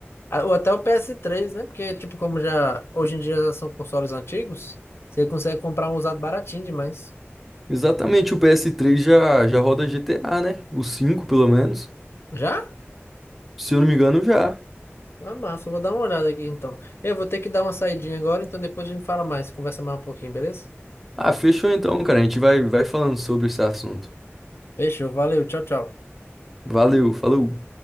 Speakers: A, on the left; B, in the centre.
A: Ah, Ou até o ps três, né? Porque, tipo, como já hoje em dia já são consoles antigos, você consegue comprar um usado baratinho demais.
B: Exatamente, o PS3 já, já roda GTA, né? O 5, pelo menos.
A: Já?
B: Se eu não me engano, já.
A: Ah, massa, eu vou dar uma olhada aqui então. Eu vou ter que dar uma saidinha agora, então depois a gente fala mais, conversa mais um pouquinho, beleza?
B: Ah, fechou então, cara. A gente vai, vai falando sobre esse assunto.
A: Fechou, valeu, tchau, tchau.
B: Valeu, falou.